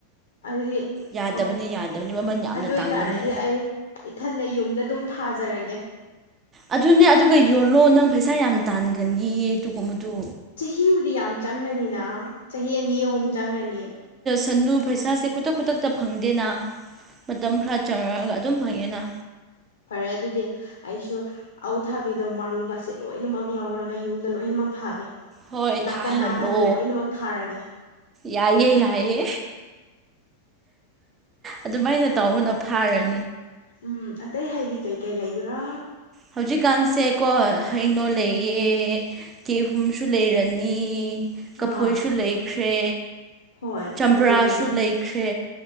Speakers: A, on the left; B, on the right.
A: ꯑꯗꯨꯗꯤ
B: ꯌꯥꯗꯕꯅꯤ
A: ꯑꯣ
B: ꯌꯥꯗꯕꯅꯤ ꯃꯃꯜ ꯌꯥꯝꯅ
A: ꯑꯗꯨ ꯑꯣꯏꯇꯥꯔꯗꯤ
B: ꯇꯥꯡꯕꯅꯤ
A: ꯑꯩ ꯏꯊꯟꯗ ꯌꯨꯝꯗ ꯑꯗꯨꯝ ꯊꯥꯖꯔꯒꯦ
B: ꯑꯗꯨꯅꯦ ꯑꯗꯨꯒ ꯌꯣꯜꯂꯣ ꯅꯪ ꯄꯩꯁꯥ ꯌꯥꯝ ꯇꯥꯟꯒꯅꯤꯌꯦ ꯑꯗꯨꯒ ꯃꯗꯨ
A: ꯆꯍꯤꯕꯨꯗꯤ ꯌꯥꯝ ꯆꯪꯉꯅꯤꯅ ꯆꯍꯤ ꯑꯅꯤ ꯑꯍꯨꯝ ꯆꯪꯉꯅꯤ
B: ꯁꯟꯨ ꯄꯩꯁꯥꯁꯦ ꯈꯨꯗꯛ ꯈꯨꯗꯛꯇ ꯐꯪꯗꯦꯅ ꯃꯇꯝ ꯈꯔ ꯆꯪꯉꯛꯒ ꯑꯗꯨꯝ ꯐꯪꯉꯤꯅ
A: ꯐꯔꯦ ꯑꯗꯨꯗꯤ ꯑꯩꯁꯨ ꯑꯎꯊꯥꯕꯤꯗꯣ ꯃꯔꯨꯒꯁꯦ ꯂꯣꯏꯅꯃꯛ ꯂꯧꯔꯒ ꯌꯨꯝꯗ ꯂꯣꯏꯅꯃꯛ ꯊꯥꯒꯦ
B: ꯍꯣꯏ
A: ꯅꯥꯀꯟ
B: ꯊꯥ ꯍꯜꯂꯣ
A: ꯅꯥꯀꯟꯗ ꯂꯣꯏꯅꯃꯛ ꯊꯥꯔꯒꯦ
B: ꯌꯥꯏꯌꯦ ꯌꯥꯏꯌꯦ ꯑꯗꯨꯃꯥꯏꯅ ꯇꯧꯕꯅ ꯐꯥꯔꯅꯤ
A: ꯎꯝ ꯑꯇꯩ ꯍꯥꯏꯗꯤ ꯀꯩꯀꯩ ꯂꯩꯒ꯭ꯔꯥ
B: ꯍꯧꯖꯤꯛꯀꯥꯟꯁꯦꯀꯣ ꯍꯩꯅꯣ
A: ꯎꯝ
B: ꯂꯩꯌꯦ ꯀꯦꯍꯨꯝꯁꯨ ꯂꯩꯔꯅꯤ ꯀꯐꯣꯏꯁꯨ
A: ꯑꯥ
B: ꯂꯩꯈ꯭ꯔꯦ
A: ꯍꯣꯏ
B: ꯆꯝꯄ꯭ꯔꯥꯁꯨ
A: ꯑꯗꯨꯒꯗꯤ
B: ꯂꯩꯈ꯭ꯔꯦ